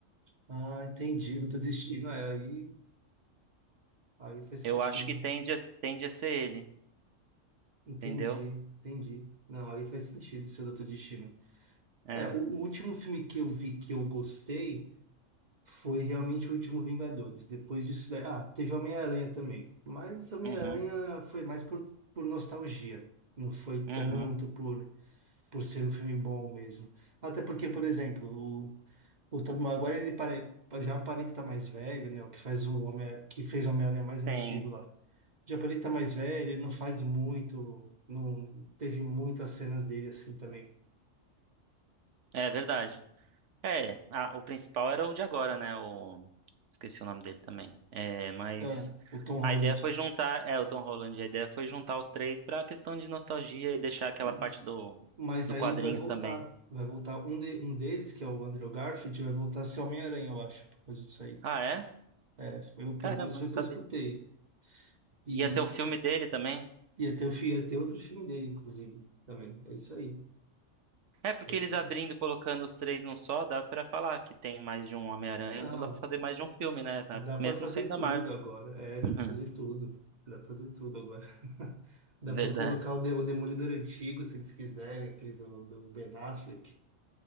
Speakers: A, on the right; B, on the right.
A: Ah, entendi, Doutor Destino. É, aí, aí faz sentido.
B: Eu acho que tende a, tende a ser ele,
A: Entendi,
B: entendeu?
A: entendi. Não, aí faz sentido seu Doutor Destino.
B: É.
A: É, o, o último filme que eu vi que eu gostei foi realmente o último Vingadores. Depois disso daí. Ah, teve Homem-Aranha também. Mas Homem-Aranha
B: Uhum,
A: foi mais por, por nostalgia. Não foi
B: uhum,
A: tanto por, por ser um filme bom mesmo. Até porque, por exemplo, O Tobey Maguire ele pare- já aparenta estar mais velho, né? O que faz o Homem, que fez o Homem-Aranha mais antigo
B: sim.
A: lá. Já aparenta estar mais velho, ele não faz muito, não teve muitas cenas dele assim também.
B: É verdade. É, a- o principal era o de agora, né? O... Esqueci o nome dele também. É, mas
A: Ah, o Tom Holland.
B: a ideia foi juntar, é, o Tom Holland, a ideia foi juntar os três pra questão de nostalgia e deixar aquela
A: Isso.
B: parte do,
A: Mas
B: do
A: aí
B: quadrinho
A: vai voltar.
B: também.
A: Vai voltar um, de- um deles, que é o Andrew Garfield, vai voltar a ser Homem-Aranha, eu acho, por causa disso aí.
B: Ah, é?
A: É, foi,
B: Caramba,
A: pelo menos foi
B: não
A: o que
B: sabia.
A: eu escutei. E,
B: Ia ter o filme dele também?
A: e até o fi- ia ter outro filme dele, inclusive, também. É isso aí.
B: É, porque
A: É isso
B: eles abrindo
A: aí.
B: e colocando os três num só, dá pra falar que tem mais de um Homem-Aranha,
A: Não.
B: então dá pra fazer mais de um filme, né?
A: Dá para
B: Mesmo
A: fazer
B: sendo da
A: tudo
B: Marvel.
A: agora. É, dá
B: <laughs>
A: para fazer
B: Uhum,
A: tudo. Dá para fazer tudo agora. <laughs> Dá
B: Verdade.
A: para colocar o, de- o Demolidor antigo, se eles quiserem, aquele do, do Ben Affleck.